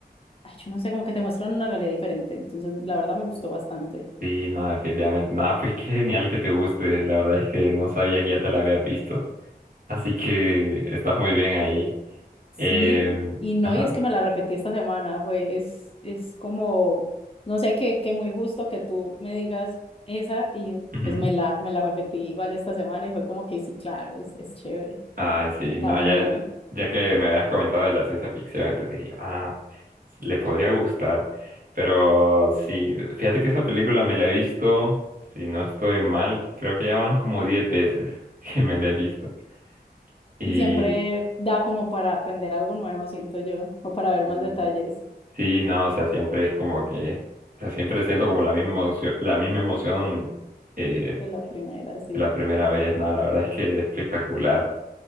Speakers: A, on the left; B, on the right.
A: ay, yo no sé, como que te muestran una realidad diferente. Entonces, la verdad me gustó bastante.
B: Sí, no, definitivamente. Nada, pues qué genial que te guste. La verdad es que no sabía que ya te la habías visto. Así que estás muy bien ahí.
A: Sí,
B: Eh,
A: y no,
B: ajá.
A: y es que me la repetí esta semana, fue, es, es como, no sé, que, que muy justo que tú me digas esa y
B: ujú.
A: pues me la, me la repetí igual esta semana y fue como que sí, claro, es, es chévere,
B: Ay, sí,
A: está
B: no,
A: muy
B: ya,
A: buena.
B: ya que me habías comentado de la ciencia ficción, entonces dije, ah, le podría gustar. Pero sí, fíjate que esa película me la he visto, si no estoy mal, creo que ya van como 10 veces <laughs> que me la he visto. Y,
A: Y siempre da como para aprender algo nuevo, siento yo, o para ver
B: y
A: más detalles
B: sí, no, o sea, siempre es como que, o sea, siempre siento como la misma emoción, la misma emoción eh,
A: de la primera, sí.
B: que la primera vez. Nada, la verdad es que es espectacular.